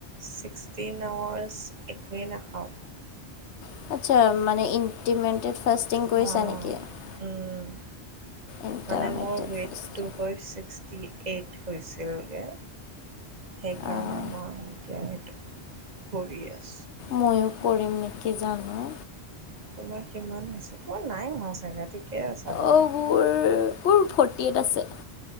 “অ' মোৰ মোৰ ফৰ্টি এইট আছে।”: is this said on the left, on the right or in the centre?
Left